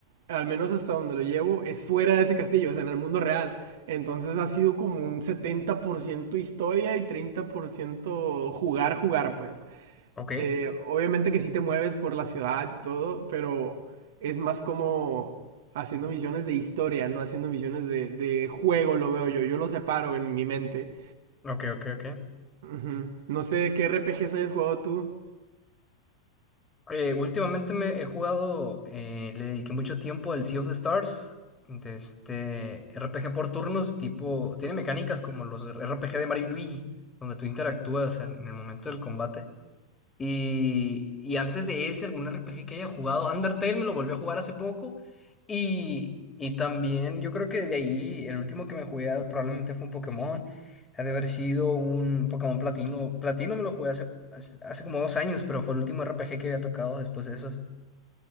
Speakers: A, on the right (about 55°); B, on the left (about 15°).
A: al menos hasta donde lo llevo, es fuera de ese castillo, o sea, en el mundo real. Entonces ha sido como un 70% historia y 30% jugar, jugar, pues.
B: Ok,
A: Eh, obviamente que sí te mueves por la ciudad y todo, pero es más como haciendo misiones de historia, no haciendo misiones de, de juego, lo veo yo. Yo lo separo en mi mente.
B: ok, ok, ok.
A: Ujú. No sé qué RPGs hayas jugado tú.
B: Eh, últimamente me he jugado, eh, le dediqué mucho tiempo al Sea of the Stars, de este RPG por turnos, tipo, tiene mecánicas como los RPG de Mario y Luigi, donde tú interactúas en en el momento del combate. Y, y antes de ese, algún RPG que haya jugado, Undertale me lo volvió a jugar hace poco. Y, y también yo creo que de ahí el último que me jugué ah, probablemente fue un Pokémon. Ha de haber sido un Pokémon Platino. Platino me lo jugué hace, hace, hace como dos años, pero fue el último RPG que había tocado después de esos.